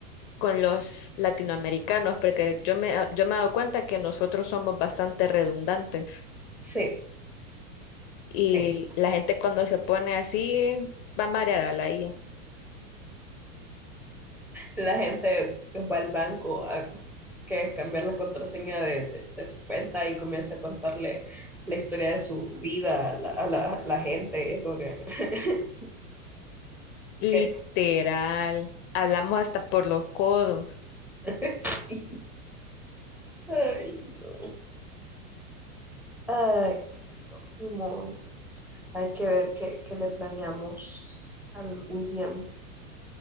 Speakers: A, on the left; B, in the centre.
A: con los latinoamericanos, porque yo me, ah, yo me he dado cuenta que nosotros somos bastante redundantes
B: Sí,
A: y
B: sí.
A: la gente cuando se pone así va a marear a la IA.
B: La gente va al banco a que cambiar la contraseña de, de- de su cuenta y comienza a contarle la historia de su vida a la, a la- a la gente. Y es como que, <laughs>
A: Literal,
B: que-
A: hablamos hasta por los codos.
B: <laughs> sí. Ay, no. Ay, no. Ni modo. Hay que ver qué, qué le planeamos al William.